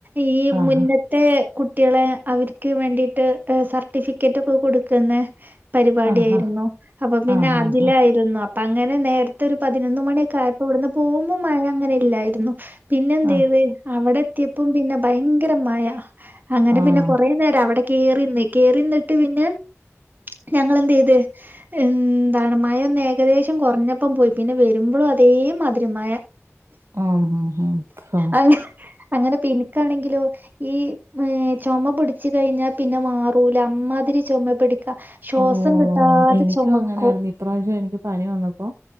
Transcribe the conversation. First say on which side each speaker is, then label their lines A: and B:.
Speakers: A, on the right; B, on the right.
A: ഈ
B: ആഹ്
A: മുന്ന ത്തെ കുട്ടികളെ അവർക്ക് വേണ്ടിട്ട് ഹ് സർട്ടിഫിക്കറ്റ് ഒക്കെ കൊടുക്കുന്ന പരിപാടി
B: ആഹ്
A: ആയിരുന്നു
B: ആഹ്
A: അപ്പൊ പിന്നെ
B: ആഹ് ആഹ്
A: അതിലായിരുന്നു അപ്പൊ അങ്ങനെ നേരത്തെ ഒരു പതിനൊന്ന് മണിയൊക്കെ ആയപ്പോ ഇവിടുന്ന് പോകുമ്പോ മഴ അങ്ങനെ ഇല്ലായിരുന്നു. പിന്നെ എന്തയ്ത്
B: ആഹ്
A: അവിടെ എത്തിയപ്പം പിന്നെ ഭയങ്കരമഴ. അങ്ങനെ
B: ആഹ്
A: പിന്നെ കൊറെ പിന്നേരാ അവിടെ കേറിന്ന് കേറിന്നിട്ട് പിന്നെ ഞങ്ങളന്തെയത് എന്താണ് മയ ഒന്ന് ഏകദേശം കുറഞ്ഞപ്പം പോയി പിന്നെ വരുമ്പോഴും അതേ മധുരമായ
B: ഉം ഉം ഉം
A: അ അങ്ങനെ പിനിക്കാണെങ്കിലോ ഈ ഹ് ചൊമ പിടിച്ചുകഴിഞ്ഞാ പിന്നെ മാറൂല അമ്മാതിരി ചൊമേ പിടിക്കാ ശ്വാസം
B: ഓഹ്
A: കിട്ടാതെ
B: എനിക്കും
A: ചൊമക്കും
B: അങ്ങനായിരുന്നു ഇപ്രാവശ്യം എനിക്ക് പനി വന്നപ്പോ